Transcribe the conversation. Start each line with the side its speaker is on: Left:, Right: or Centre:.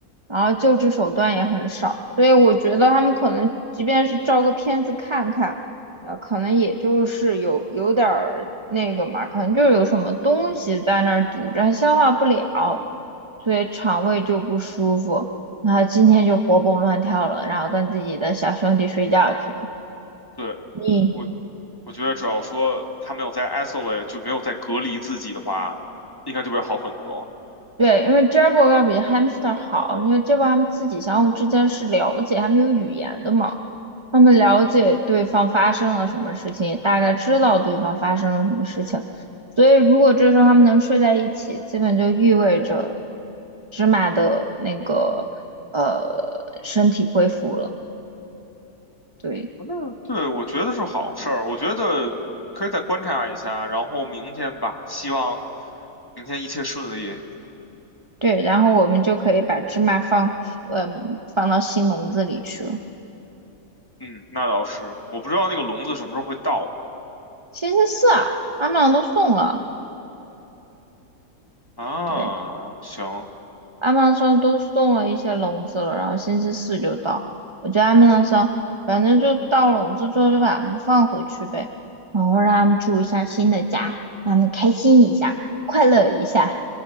Right: 然后救治手段也很少，所以我觉得他们可能即便是照个片子看看，呃，可能也就是有有点儿那个嘛，可能就是有什么东西在那儿堵着，它消化不了，所以肠胃就不舒服，然后今天就活蹦乱跳了，然后跟自己的小兄弟睡觉去了。
Left: 对，
Right: 你
Left: 我我觉得只要说他没有在 isolate，就没有在隔离自己的话，应该就会好很多。
Right: 对，因为 Jabber 要比 Hamster 好，因为 Jabber 他们自己相互之间是了解，他们有语言的嘛，他们了解对方发生了什么事情，也大概知道对方发生了什么事情，所以如果这时候他们能睡在一起，基本就意味着芝麻的那个呃身体恢复了，对
Left: 那对，我觉得是好事儿。我觉得可以再观察一下，然后明天吧，希望明天一切顺利。
Right: 对，然后我们就可以把芝麻放嗯、放到新笼子里去了。
Left: 嗯，那倒是，我不知道那个笼子什么时候会到
Right: 星期四啊，他们俩都送了。
Left: 啊。
Right: 对。
Left: 行，
Right: 阿曼上都送了一些笼子了，然后星期四就到。我觉得阿曼上反正就到笼子之后就把它们放回去呗，然后让他们住一下新的家，让他们开心一下，快乐一下。